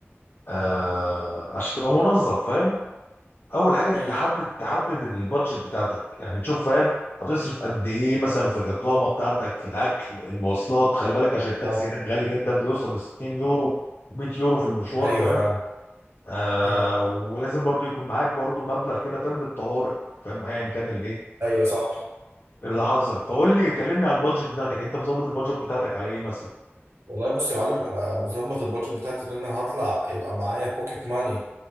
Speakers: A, on the left; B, on the right.
A: آه عشان تبقى منظم فاهم اول حاجه
B: مم.
A: تحدد تحدد البادجت بتاعتك يعني تشوف فاهم هتصرف قد ايه مثلا في الاقامه بتاعتك في الاكل المواصلات خلي بالك عشان التاكسي
B: آه.
A: هناك غالي جدا بيوصل ل 60 يورو 100 يورو في المشوار
B: ايوه
A: فاهم
B: فعلا
A: آه
B: مم.
A: ولازم برضو يكون معاك برضو مبلغ كده فاهم للطوارئ فاهم ايا كان اللي ايه
B: ايوه صح
A: اللي حصل فقول لي كلمني على البادجت بتاعتك انت مظبط البادجت بتاعتك على ايه مثلا
B: والله بص يا معلم انا بظبط البادجت بتاعتي ان انا هطلع يبقى معايا بوكيت ماني